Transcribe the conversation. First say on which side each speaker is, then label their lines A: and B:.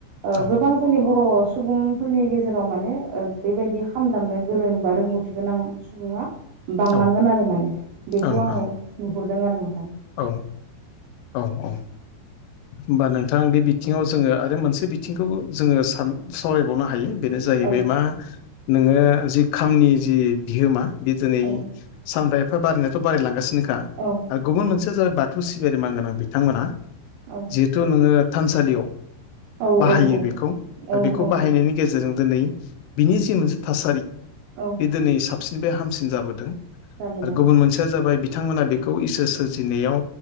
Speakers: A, on the right; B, on the left.
A: ओं
B: औ
A: गोबां जोंनि बर' सुबुंफोरनि गेजेराव माने ओं बेबायदि खाम दामनो गोरों बा रोंगौथि गोनां सुबुंङा बांलांगोन
B: औ
A: आरो माने
B: ओं
A: बेखौ आंङो
B: ओं
A: नुहुरदों आरो ना।
B: औ औ औ होमबा नोंथां बे बिथिंङाव जोंङो आरो मोनसे बिथिंखौ जोंङो सान सावरायबावनो हायो। बेनो जाहैबाय
A: औ
B: मा नोंङो जि खामनि जि बिहोमा बि दिनै
A: औ
B: सानफा एफा बारायनायाथ' बारायलांगासिनोखा
A: औ
B: आरो गुबुन मोनसे बाथौ सिबियारि मानगोनां बिथांमोना
A: औ
B: जिहेथु नोंङो थानसालियाव
A: औ
B: बाहायो
A: औ
B: बेखौ आरो
A: औ
B: बेखौ
A: औ
B: बाहायनायनि गेजेरजों दिनै बिनि जि मोनसे थासारि
A: औ
B: बे दिनै साबसिननिफ्राय हामसिन जाबोदों।
A: जाबोदों
B: आरो गुबुन मोनसेया जाबाय बिथांमोना बेखौ इसोर सिबिनायाव